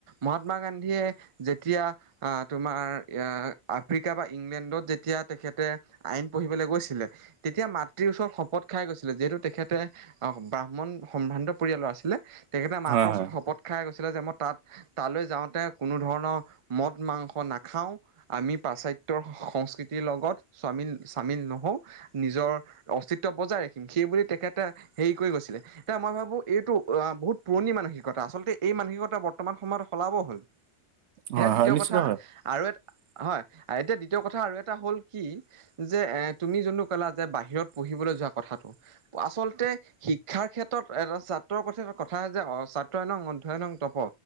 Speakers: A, on the right; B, on the right.
A: মহাত্মা গান্ধীয়ে যে তেতিয়া তোমাৰ আফ্ৰিকা বা ইংলেণ্ডত যেতিয়া তেখেতে আইন পঢ়িব। গৈছিলে তেতিয়া মাতৃৰ ওচৰত শপত খাই গৈছিলে যিহেতু তেখেতে আহ ব্ৰাহ্মণ সম্ভ্ৰান্ত পৰিয়ালৰ আছিলে তেখেতে মাকৰ
B: হয় হয়
A: ওচৰত শপত খাই গৈছিল। যে মই তাত তালৈ যাওঁতে কোনো ধৰণৰ মদ মাংস নাখাও আমি পাশ্চাত্য়ৰ সংস্কৃতিৰ লগত স্বাম স্বামিল নহও নিজৰ অস্তিত্ব বজাই ৰাখিম সেই বুলি তেখেতে হেৰি কৰি গৈছিলে এতিয়া মই ভাবো এইটো বহুত পুৰণি মানসিকতা আচলতে এই মানসিকতা বৰ্তমান সময়ত সলাব হ'ল।
B: হয়
A: সেই দ্বিতীয়
B: হয় নিশ্চিত
A: কথা
B: হয়
A: আৰু এটা হয় এতিয়া দ্বিতীয় কথা আৰু এটা হ'ল কি যে এ তুমি যোনো কলা যে বাহিৰত পঢি যোৱা কথাটো আচলতে শিক্ষাৰ ক্ষেত্ৰত এটা ছাত্ৰৰ কথাটা কথা যে ছ্ৰ ই নং অধ্যয় নং তপ